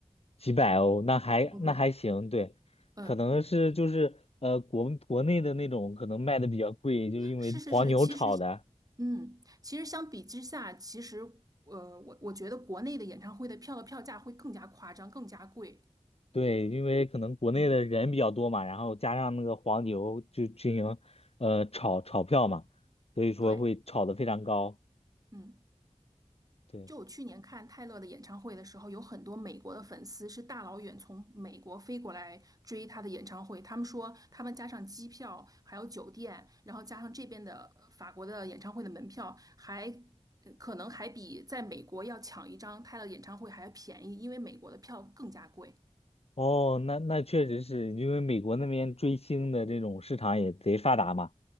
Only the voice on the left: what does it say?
几百欧，那还那还行，
对，
可能是就是呃国国内的那种可能卖的比较贵，就是因为黄牛炒的，
对，因为可能国内的人比较多嘛，
然后加上那个黄牛就进行呃炒炒票嘛，所以说会炒得非常高，
对。
哦，那那确实是因为美国那边追星的这种市场也贼发达嘛，